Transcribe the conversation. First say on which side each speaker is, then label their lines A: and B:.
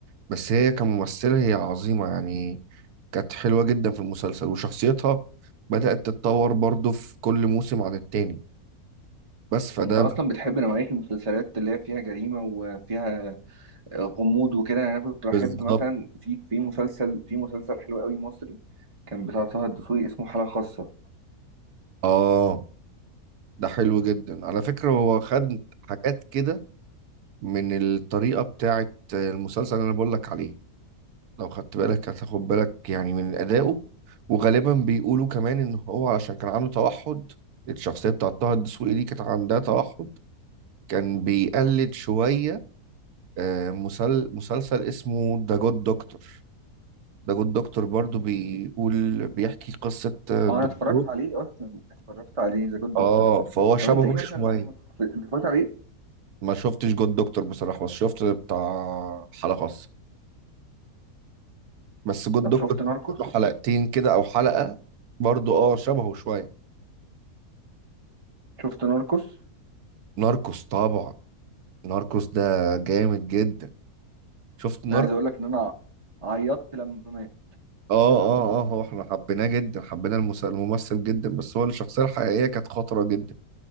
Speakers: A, on the right (about 75°); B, on the right (about 35°).
A: بس هي كممثله هي عظيمه يعني كانت حلوه جدا في المسلسل وشخصيتها بدات تتطور برضو في كل موسم عن التاني بس فده
B: انت اصلا
A: من-
B: بتحب نوعيه المسلسلات اللي هي فيها جريمه وفيها غموض وكده يعني انا كنت بحب
A: بالظبط
B: مثلا في في مسلسل في مسلسل حلو قوي مصري كان بتاع طه الدسوقي اسمه حالة خاصة
A: اه ده حلو جدا على فكره هو خد حاجات كده من الطريقه بتاعه المسلسل اللي انا بقول لك عليه لو خدت بالك هتاخد بالك يعني من أدائه وغالبا بيقولوا كمان إن هو علشان كان عنده توحد الشخصية بتاعت طه الدسوقي دي كانت عندها توحد كان بيقلد شوية آه، مسل- مسلسل اسمه ذا جود دكتور ذا جود دكتور برضو بيقول بيحكي قصة آه،
B: اه
A: دكتور
B: انا اتفرجت عليه اصلا اتفرجت عليه ذا جود دكتور
A: اه فهو شبهه
B: طب انت ايه مثلا
A: شوية
B: اللي عجبك في... انت اتفرجت عليه
A: ما شفتش جود دكتور بصراحة بس شفت بتاع حلقة خاصة بس جود
B: طب
A: دكتور
B: شفت ناركوس
A: له حلقتين كده أو حلقة برضو اه شبهه شوية
B: شفت ناركوس
A: ناركوس طبعا ناركوس ده جامد جدا شفت ناركو
B: انا عايز اقول لك ان انا عيطت لما مات
A: اه اه اه هو احنا حبيناه جدا حبينا المس- الممثل جدا بس هو الشخصية الحقيقية كانت خطرة جدا